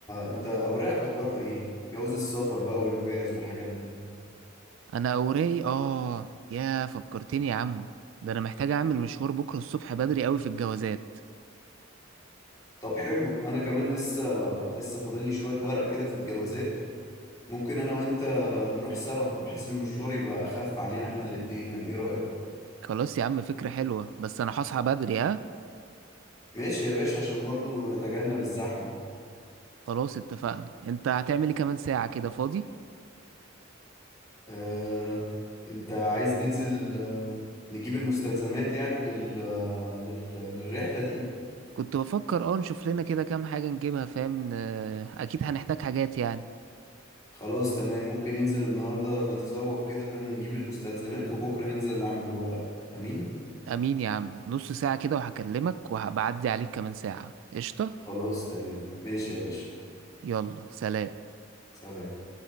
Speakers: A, on the left; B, on the right.
A: انت اوراقك اخبارها ايه جواز السفر بقى والفيز والحاجات دي
B: أنا أوراي آه يا فكرتني يا عم ده أنا محتاج أعمل مشوار بكرة الصبح بدري أوي في الجوازات
A: طب حلو انا كمان لسه لسه فاضل لي شوية ورق كده في الجوازات ممكن انا وانت نروح سوا بحيث المشوار يبقى اخف علينا احنا الاتنين يعني ايه رأيك
B: خلاص يا عم فكرة حلوة بس أنا هصحى بدري ها
A: ماشي يا باشا عشان برضو نتجنب الزحمة
B: خلاص اتفقنا انت هتعمل ايه كمان ساعة كده فاضي
A: اه انت عايز ننزل آه، نجيب المستلزمات يعني لل... لل... للرحلة دي
B: كنت بفكر اه نشوف لنا كده كام حاجة نجيبها فاهم ن- اكيد هنحتاج حاجات يعني
A: خلاص تمام ممكن ننزل النهاردة نتسوق كده فاهم نجيب المستلزمات وبكرة ننزل نعمل الورق امين
B: امين يا عم نص ساعة كده وهكلمك وهبعدي عليك كمان ساعة قشطة
A: خلاص تمام ماشي يا باشا
B: يلا سلام
A: سلام